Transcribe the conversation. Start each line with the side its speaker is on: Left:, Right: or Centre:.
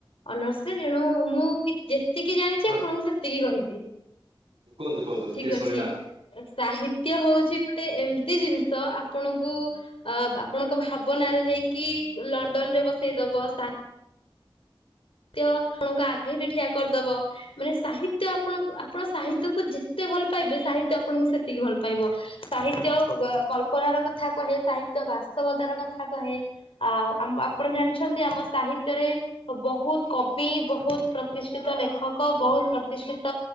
Left: ଅନର୍ସ ରେ, ତେଣୁ ମୁଁ କି ଯେତିକି ଜାଣିଛି
Right: ହଁ
Left: ଆପଣଙ୍କୁ ସେତିକି କହିବି।
Right: କୁହନ୍ତୁ କୁହନ୍ତୁ ଟିକେ
Left: ଠିକ୍
Right: ଶୁଣିବା
Left: ଅଛି ସାହି ତ୍ୟ ହଉଚ଼ି ଗୋଟେ ଏମିତି ଜିନିଷ, ଆପଣଙ୍କୁ ଆ ବା ଆପଣଙ୍କ ଭାବନାରେ ନେଇକି ଲଣ୍ଡନ ରେ ବସେଇଦବ। ସା ତ୍ୟ ଆପଣଙ୍କ ଆଗେ ରେ ଠିଆ କରିଦବ, ମାନେ ସାହିତ୍ୟ ଆପଣ ଙ୍କୁ ଆପଣ ସାହିତ୍ୟକୁ ଯେତେ ଭଲ ପାଇବେ, ସାହିତ୍ୟ ଆପଣଙ୍କୁ ସେତିକି ଭଲ ପାଇବ। ସାହିତ୍ୟ କଳ୍ପନାର କଥା କହେ, ସାହିତ୍ୟ ବାସ୍ତବତାର କଥା କହେ ଆଉ ଆମ୍ ଆପଣ ଜାଣିଛନ୍ତି ଆମ ସାହିତ୍ୟରେ ବ ବହୁତ କବି, ବହୁତ ପ୍ରତିଷ୍ଠିତ ଲେଖକ, ବହୁତ ପ୍ରତିଷ୍ଠିତ